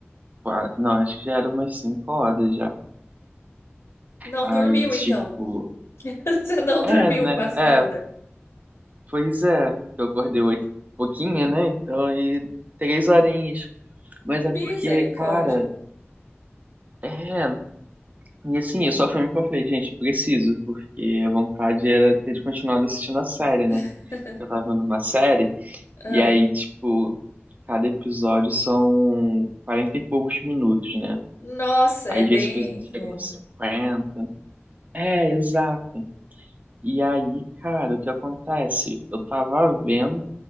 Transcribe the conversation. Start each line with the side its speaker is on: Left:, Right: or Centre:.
Right: qua- Não, acho que já era umas 5 horas já.
Left: Não
Right: Aí,
Left: dormiu,
Right: tipo,
Left: então. <laughs> Você não
Right: é,
Left: dormiu
Right: né?
Left: quase
Right: É,
Left: nada.
Right: pois é, que eu acordei 8 pouquinho, né? Então, aí, três horinhas. Mas
Left: Misericórdia.
Right: é porque, cara, é. E assim, eu só fui mesmo que eu falei, gente, preciso, porque a vontade era ter continuado assistindo a série, né?
Left: <laughs>
Right: Eu tava vendo uma série,
Left: Ah,
Right: e aí, tipo, cada episódio são 40 e poucos minutos, né?
Left: Nossa,
Right: Aí
Left: é
Right: às
Left: bem
Right: vezes tipo,
Left: longo.
Right: chega nos cinquenta É, exato. E aí, cara, o que acontece? Eu tava vendo,